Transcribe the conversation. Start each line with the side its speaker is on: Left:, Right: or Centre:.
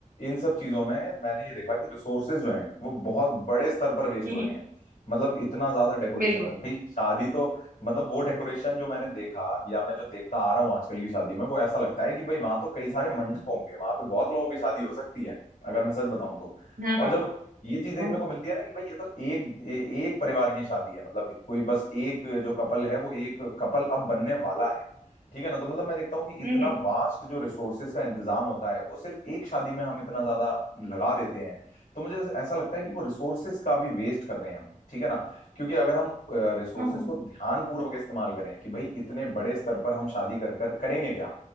Left: इन सब चीजों में मैंने ये देखा कि रिसोर्सेज जो हैं वो बहुत बड़े स्तर पर वेस्ट
Right: हम्म
Left: हो रहे
Right: हम्म,
Left: हैं मतलब इतना ज्यादा डेकोरेशन
Right: बिल्कुल
Left: भाई शादी तो मतलब वो डेकोरेशन जो मैंने देखा या मैं जो देखता आ रहा हूँ आजकल की शादी में वो ऐसा लगता है कि भाई वहां तो कई सारे मंडप होंगे वहां पे बहुत लोगों की शादी हो सकती है अगर मैं सच बताऊं तो
Right: हाँ
Left: और
Right: हाँ
Left: जब ये चीज देखने
Right: हाँ,
Left: को मिलती है ना कि भाई ये तो एक ए, एक परिवार की शादी है मतलब कोई बस एक जो कपल है वो एक कपल अब बनने वाला है ठीक है ना तो मतलब मैं देखता हूँ कि इतना
Right: हम्म हम्म
Left: वास्ट जो रिसोर्सेज का इंतजाम होता है वो सिर्फ एक शादी में हम इतना ज्यादा लगा देते हैं तो मुझे ऐसा लगता है कि वो रिसोर्सेज का भी वेस्ट कर रहे हैं हम ठीक है ना क्योंकि अगर हम रिसोर्सेज
Right: हाँ, हम्म
Left: को ध्यान पूर्वक इस्तेमाल करें कि भाई इतने बड़े स्तर पर हम शादी कर कर करेंगे क्या